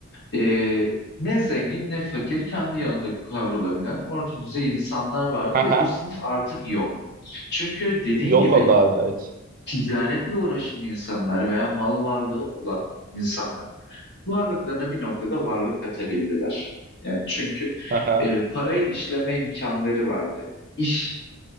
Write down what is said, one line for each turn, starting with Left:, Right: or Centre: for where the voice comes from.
Left: Ee, ne zengin ne fakir kendi yanında kavrulabilen orta düzey insanlar vardı
Right: hı hı.
Left: ve bu sınıf artık yok. Çünkü dediğin
Right: Yok
Left: gibi
Right: oldu abi evet.
Left: ticaretle uğraşan insanlar veya mal varlığı olan insanlar varlıklarına bir noktada varlık katabildiler. Yani çünkü
Right: Hı hı,
Left: e, parayı işleme imkanları vardı. İş